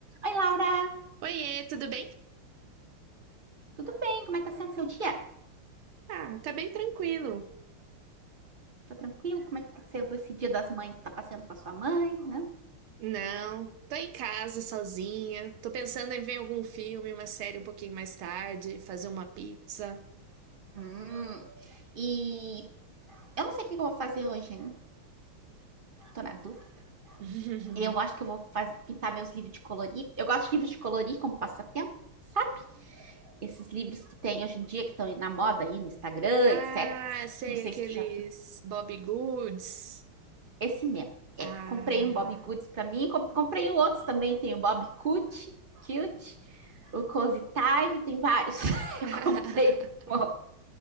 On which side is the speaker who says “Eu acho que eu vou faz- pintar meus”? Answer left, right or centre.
Right